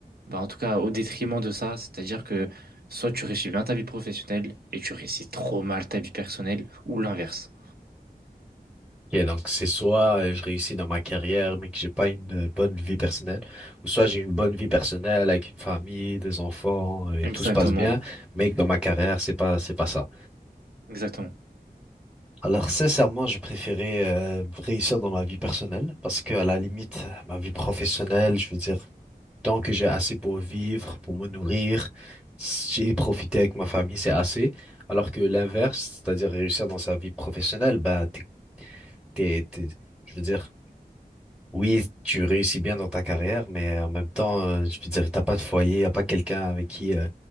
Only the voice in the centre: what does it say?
Ok, donc c'est soit euh, je réussis dans ma carrière, mais que j'ai pas une euh, bonne vie personnelle, ou soit j'ai une bonne vie personnelle avec une famille, des enfants, euh, et
tout se passe bien, mais que dans ma carrière, c'est pas, c'est pas ça.
Alors sincèrement, je préférais euh, réussir dans ma vie personnelle, parce que à la limite, ma vie professionnelle, je veux dire, tant que j'ai assez pour vivre, pour me nourrir, j'ai profité avec ma famille, c'est assez. Alors que l'inverse, c'est-à-dire réussir dans sa vie professionnelle, bah t'es, t'es, t'es- je veux dire. Oui, tu réussis bien dans ta carrière, mais en même temps, euh, je veux dire, t'as pas de foyer, y a pas quelqu'un avec qui euh,